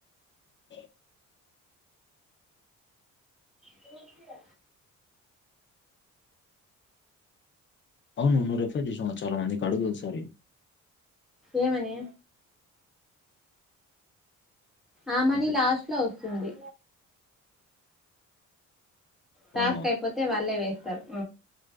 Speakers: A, on the left; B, in the centre.
A: <inaudible>
B: తూర్సయా
A: అవును నువ్వు రెఫర్ చేసినావా చాలా మందికి అడుగు ఒక సారి
B: ఏమని ఆ మనీ
A: అదే
B: లాస్ట్ లో వస్తుంది టాస్క్
A: అవునా
B: అయిపోతే వాళ్ళే వేస్తారు